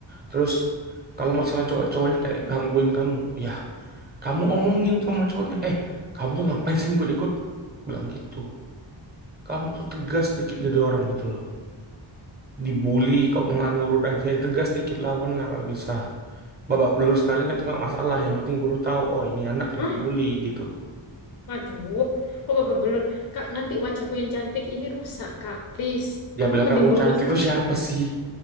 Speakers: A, on the right; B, on the left.
A: terus kalau masalah cowok-cowoknya kayak gangguin kamu ya kamu omongin tuh sama cowoknya eh kamu tuh ngapain sih ikut-ikut bilang gitu kamu tuh tegas dikit jadi orang gitu loh dibully kok malah nurut aja ya tegas dikit lawan lah kalau bisa babak belur sekali kan itu nggak masalah yang penting guru tahu oh ini anak kena
B: Hah?
A: bully gitu
B: Aduh, kok babak belur? Kak, nanti wajahku yang cantik ini rusak, Kak. Please,
A: Yang
B: aku
A: bilang
B: mending
A: kamu
B: bolos
A: cantik tuh
B: aja.
A: siapa sih?